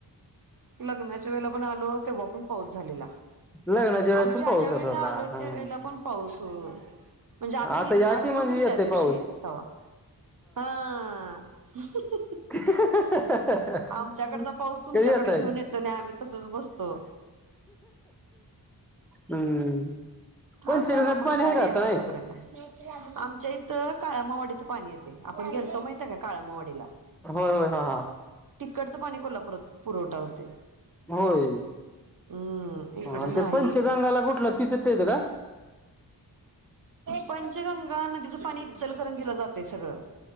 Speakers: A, on the right; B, in the centre.
A: लग्नाच्या वेळेला पण आलो तेव्हा पण पाऊस झालेला.
B: लग्नाच्या वेळेस
A: आम्ही
B: पण
A: ज्या
B: पाऊस
A: ज्या वेळेला
B: होत होता
A: आलोय
B: हम्म
A: त्या वेळेला पण पाऊस म्हणजे आम्ही
B: आता
A: निघणार
B: या की
A: होतो
B: म्हणजे
A: कि नाही
B: येतय
A: त्या दिवशी
B: पाऊस
A: ते्ह हा. <unintelligible>
B: <unintelligible>
A: आमच्याकडचा पाऊस तुमच्याकडे
B: कधी येताय?
A: घेऊन येतो आणि आम्ही तसच बसतो
B: हम्म. पंचगंगात
A: आता म्हातारी
B: पाणी का आता
A: आहे
B: नाही
A: तोपर्यंत आमच्या इथ काळ्या मावडीच पाणी येते. आपण गेलतो माहित आहे का काळमावाडीला
B: होय होय हा हा
A: तिकडचं पाणी कोल्हापुरत पुरवठा होतंय.
B: होय
A: हम्म इकड
B: हा
A: नाही.
B: ते पंचगंगाला कुठलं तिचं तेच का?
A: पंचगंगा नदीचं पाणी ईचलकरंजीला जातय. ते सगळं.